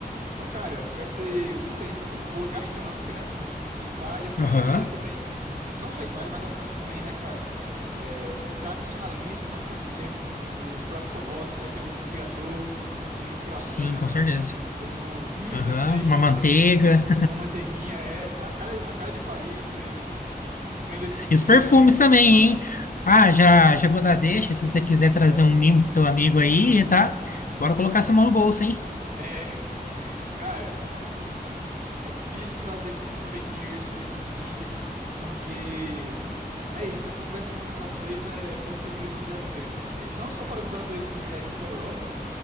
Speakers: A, on the right (about 60°); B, on the left (about 60°).
A: Então, cara, vai ser uma experiência muito boa gastronômica, né? Itália, França
B: Aham.
A: também, não só a Itália, mas a França também, né, cara? É, tradicionalíssimo na cozinha, os pratos famosos, né? Tem o petit gâteau tem o croissant,
B: Sim, com certeza.
A: tem o vinho
B: Aham.
A: francês
B: Uma
A: também,
B: manteiga.
A: que é muito uma manteiguinha, é a cara, a cara de Paris, é, comendo esses
B: E
A: tipos
B: os perfumes
A: de alimentos,
B: também, hein? Ah, já, já vou dar deixa. Se você quiser
A: certo?
B: trazer um mimo pro teu amigo aí, tá? Bora colocar essa mão no bolso, hein?
A: É, <laughs> cara, é difícil trazer esses souvenirs, esses brindes, porque é isso, essa conversão de um para seis é, pode ser dura para os brasileiros, não, não só para os brasileiros que viajam para a Europa,